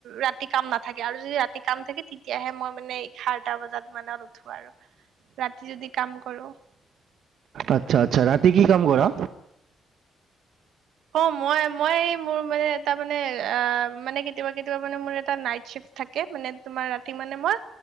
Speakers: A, on the right (about 80°); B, on the right (about 60°).
A: ৰাতি কাম নাথাকে, আৰু যদি ৰাতি কাম থাকে, তেতিয়াহে মই মানে সাতটা বজাত মানে উঠো আৰু ৰাতি যদি কাম কৰো
B: আচ্ছা আচ্ছা ৰাতি কি কাম কৰা
A: অ মই মই এই মোৰ মানে এটা মানে অ মানে কি কেতিয়াবা কেতিয়াবা মানে মোৰ এটা নাইট শ্বিফ্ট থাকে মানে তোমাৰ ৰাতি মানে মই